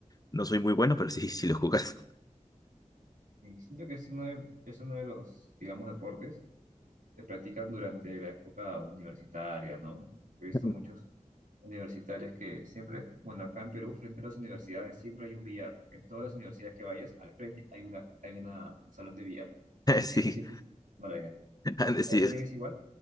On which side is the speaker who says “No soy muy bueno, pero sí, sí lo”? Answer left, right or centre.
Left